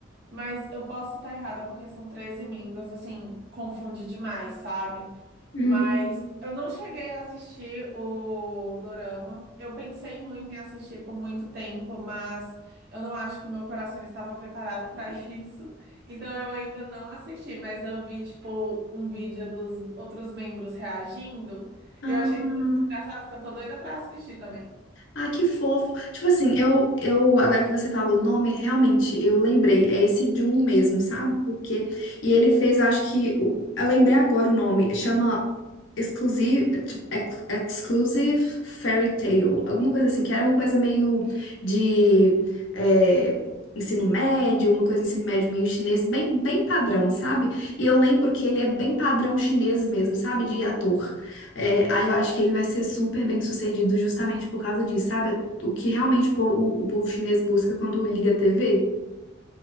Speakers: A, on the right; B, on the left.
A: mas eu posso estar errada porque são 13 membros, assim, confunde demais, sabe?
B: Hum.
A: Mas eu não cheguei a assistir o Dorama. Eu pensei muito em assistir por muito tempo, mas eu não acho que meu coração estava preparado para <laughs> isso. Então eu ainda não assisti, mas eu vi, tipo, um vídeo dos outros membros reagindo.
B: Ah,
A: E eu achei engraçado que eu tô doida para assistir também.
B: Ah, que fofo. Tipo assim, eu, eu, agora que você falou o nome, realmente eu lembrei. É esse Jun mesmo, sabe? Porque. E ele fez, eu acho que. o- Eu lembrei agora o nome. Chama Exclusive, tipo, Ex- Exclusive Fairy Tale. Alguma coisa assim, que era uma coisa meio de. é, Ensino médio, uma coisa de ensino médio meio chinês, bem, bem padrão, sabe? E eu lembro que ele é bem padrão chinês mesmo, sabe? De ator. É, aí eu acho que ele vai ser super bem sucedido justamente por causa disso, sabe? O que realmente o, po- o- o povo chinês busca quando liga a TV.